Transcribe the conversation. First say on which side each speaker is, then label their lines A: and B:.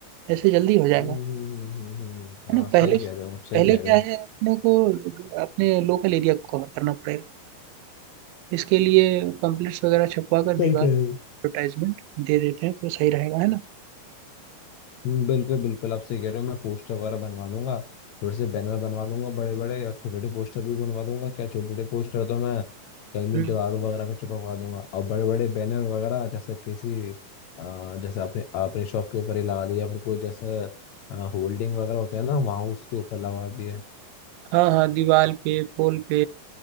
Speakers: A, on the right (about 90°); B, on the left (about 75°).
A: ऐसे जल्दी हो जाएगा
B: हम्म हम्म हम्म, हम्म, हम्म, हम्म, हम्म,
A: है
B: हाँ
A: ना
B: सही
A: पहले
B: कह रहे हो आप सही
A: पहले
B: कह
A: क्या
B: रहे हो
A: है अपने को अपने लोकल एरिया को कवर करना पड़ेगा इसके लिए पम्पलेट्स वगैरह छपवा कर दीवार
B: सही कह रहे हो
A: एडवर्टाइजमेंट दे देते हैं तो सही रहेगा है ना
B: हम्म, बिल्कुल बिल्कुल आप सही कह रहे हो मैं पोस्टर वगैरह बनवा लूंगा थोड़े से बैनर बनवा लूंगा बड़े बड़े और छोटे छोटे पोस्टर भी बनवा लूंगा क्या छोटे छोटे पोस्टर तो मैं कहीं भी
A: हम्म,
B: दीवारों वगैरह पे चिपकवा दूंगा और बड़े बड़े बैनर वगैरह जैसे किसी अ, जैसे आपने आपने शॉप के ऊपर ही लगा लिया फिर कोई जैसे होल्डिंग वगैरह होते हैं ना वहाँ उसके ऊपर लगा दिए
A: हाँ हाँ दीवार पे पोल पे